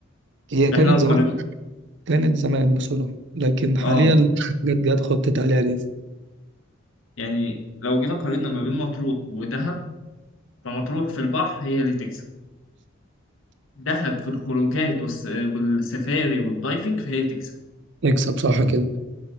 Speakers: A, on the right (about 60°); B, on the left (about 75°).
A: هي
B: فاحنا
A: كانت
B: لو
A: زمان
B: قارنا
A: كانت زمان بصراحة لكن حاليا
B: اه
A: الحاجات جت خطت عليها ليه
B: يعني لو جينا قارنا ما بين مطروح ودهب فمطروح في البحر هي اللي تكسب دهب في الخروجات والس... والسفاري والدايفنج فهي تكسب
A: نكسب صح كده